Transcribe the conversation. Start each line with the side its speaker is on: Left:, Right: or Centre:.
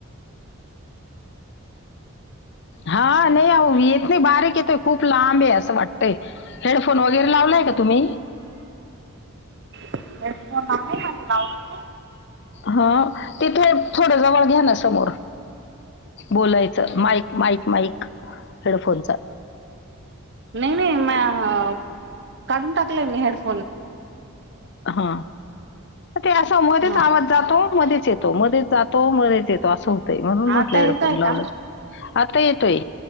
Left: हा नाही आहो येत नाही बारीक येतोय खूप लांब आहे असं वाटतंय हेडफोन वगैरे लावला त का तुम्ही
Right: अ हेडफोन आहे ना ग लावलं मी
Left: हा ते थो. थोड जवळ घ्या ना समोर बोलायचं माईक माईक माईक हेडफोनचा
Right: नाही नाही म काढून टाकलंय मी हेडफोन
Left: हा ते असं मध्येच
Right: हा
Left: आवात जातो मध्ये च येतो मध्येच जातो मध्येच येतो अस होत म्हणून म्हटलं
Right: आता
Left: हेडफोन
Right: येतोय
Left: लावलं
Right: का
Left: का आता येतोय